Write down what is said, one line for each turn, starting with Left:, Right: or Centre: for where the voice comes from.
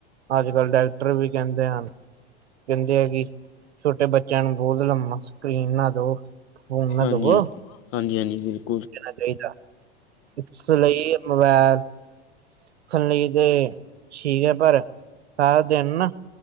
Right: ਅੱਜ ਕੱਲ੍ਹ ਡੈਕਟਰ ਵੀ ਕਹਿੰਦੇ ਹਨ। ਕਹਿੰਦੇ ਆ ਕਿ ਛੋਟੇ ਬੱਚਿਆਂ ਨੂੰ ਬਹੁਤ ਲੰਮਾ ਸਕਰੀਨ ਨਾ ਦੋ ਫੋਨ ਨਾ
Left: ਹਾਂਜੀ,
Right: ਦਵੋ
Left: ਹਾਂਜੀ, ਹਾਂਜੀ ਬਿਲਕੁ
Right: ਦੇਣਾ ਚਾਹੀਦਾ। ਇਸ ਲਈ ਮੋਬਾਇਲ ਸਿੱਖਣ ਲਈ ਤੇ ਠੀਕ ਹੈ, ਪਰ ਸਾਰਾ ਦਿਨ ਨਾ